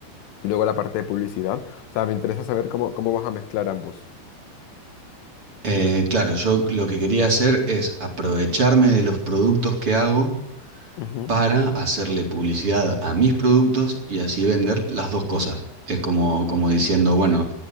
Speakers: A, on the left; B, on the right.
A: Y luego la parte de publicidad. O sea, me interesa saber cómo, cómo vas a mezclar ambos.
B: Eh, claro, yo lo que quería hacer es aprovecharme de los productos que hago
A: Ujú.
B: para hacerle publicidad a mis productos y así vender las dos cosas. Es como, como diciendo, bueno,